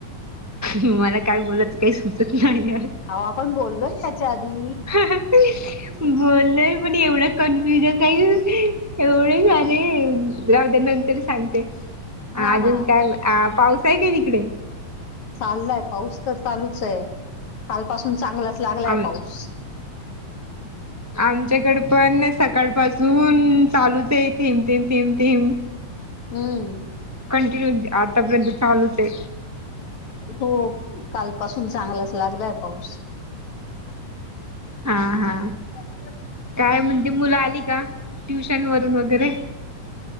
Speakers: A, on the right; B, on the left.
A: मला काय बोलायचं काही सुचत नाही ये
B: अहो आपण बोललोय याच्या आधी
A: हं हं हं... बोललोय... पण एवढं कन्फ्युजन काही एवढे सारे... राऊ द्या नंतर सांगते...
B: हा
A: अजून
B: हा
A: काय पाऊस हाय काय तिकडे?
B: चाललाय... पाऊस तर चालूच ए... काल पासून चांगलाच लागलाय
A: आम
B: पाऊस.
A: आमच्याकडं पण... सकाळ पासून चालूच ए... थेम, थेम थेम, थेम.
B: हम्म.
A: कंटिन्यू... ती आतापर्यंत चालूच ए.
B: हो, कालपासून चांगलाच लागलाय पाऊस.
A: हा हा.
B: ठेऊ <unintelligible>
A: काय म्हणती... मुलं आली का, ट्युशन वरून वगैरे?